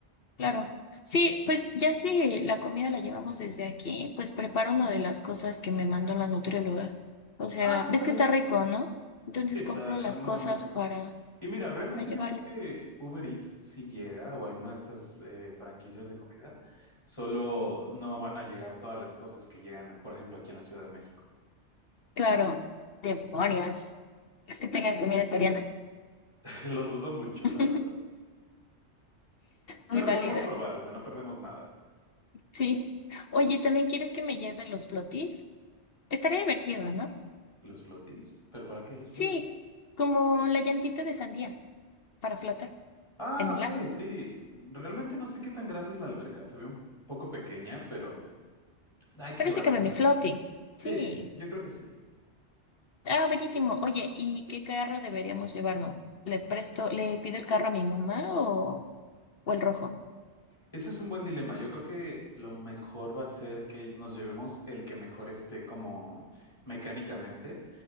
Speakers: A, on the left; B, on the left.
A: Claro. Sí, pues ya si la comida la llevamos desde aquí, pues preparo una de las cosas que me mandó la nutrióloga. O sea,
B: Ah, ándale.
A: ves que está rico, ¿no? Entonces
B: Sí, está,
A: compro
B: está
A: las
B: muy,
A: cosas
B: muy rico.
A: para,
B: Y mira, realmente
A: para llevarlo.
B: yo creo que Uber Eats sí llega o alguna de estas eh, franquicias de comida, solo no van a llegar todas las cosas que llegan, por ejemplo, aquí en la Ciudad de México.
A: Claro, demonios. Es que tengan comida coreana.
B: Lo dudo mucho,
A: <laughs>
B: la verdad.
A: Muy
B: Pero
A: válida.
B: podemos probar, o sea, no perdemos nada.
A: Sí. Oye, ¿también quieres que me lleven los flotis? Estaría divertido, ¿no?
B: ¿Los flotis? ¿Pero para qué los
A: Sí,
B: flotis?
A: como la llantita de sandía para flotar
B: Ah,
A: en
B: ok,
A: el agua.
B: sí. Realmente no sé qué tan grande es la alberca. Se ve un poco pequeña, pero hay que
A: Pero
B: llevárnosla.
A: sí cabe mi floti. Sí.
B: Sí, yo creo que sí.
A: Ah, buenísimo. Oye, ¿y qué carro deberíamos llevarnos? ¿Le presto, le pido el carro a mi mamá o, o el rojo?
B: Eso es un buen dilema. Yo creo que lo mejor va a ser que nos llevemos el que mejor esté como mecánicamente.